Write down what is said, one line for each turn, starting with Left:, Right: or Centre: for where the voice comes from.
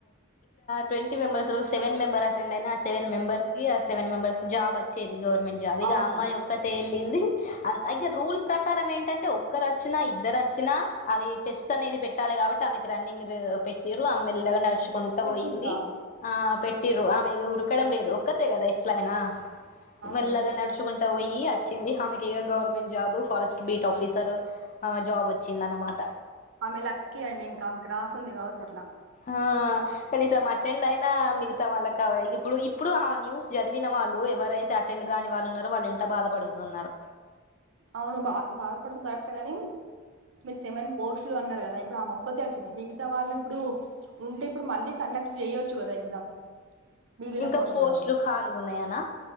Left: ట్వంటీ మెబర్స్ లో సెమెంబర్ అెండ్ అయి ఆ సె మెబర్ కి ఆె మెంబర్స్ కి జాబ్ వచ్చేది ది గవర్నమెంట్ జాబ్ ఇగ
Right: అవునండి
Left: అ అమ్మాయి ఒక్కతే వెళ్ళింది అ ఇగ రూల్ ప్రకారం ఏంటంటే ఒక్కరు వచ్చినా ఇద్దరు వచ్చినా అవి టెస్ట్ అనేది పెట్టాలే కాబట్టి ఆమెకి రన్నింగ్ పెట్టిరు ఆమె మెల్లగా నడుచుకుంటా
Right: పెట్టిండ్రా
Left: పోయింది ఆ పె రు ఆమె ఉరకడం లేదు ఒక్కతే కదా ఎట్లయినా
Right: అవును
Left: మెల్లగా నడుచుకుంటా పోయి వచ్చింది హమెకి government job forest beat officer job వచ్చింద అనమాట
Right: ఆమె లక్కీ అండి ఇంకా గ్రాస్ ఉంది కావచ్చు అట్లా
Left: ఆ కనీసం అటెండ్ అయినా మిగతా వాళ్ళ కావ ఇప్పుడు ఇప్పుడు ఆ న్యూస్ చదివిన వాళ్ళు ఎవరైతే అటెండ్ కాని వాళ్ళున్నారో వాళ్ళు ఎంత బాధపడుతున్నారు
Right: అవును బా బాధపడుత కరెక్టేగాని మీరు సమైన పోస్ట్లు అన్నారు కదా ఇప్పుడు ఆ మొక్కతే వచ్చింది మిగతా వాళ్ళు ఇప్పుడు ఉంటే ఇప్పుడు మళ్ళీ చెయ్యచ్చు కదా ఎగ్జామ్ మిగిలిన
Left: ఇంక
Right: పోస్టులకి
Left: పోస్ట్లు ఖాళీ ఉన్నాయనా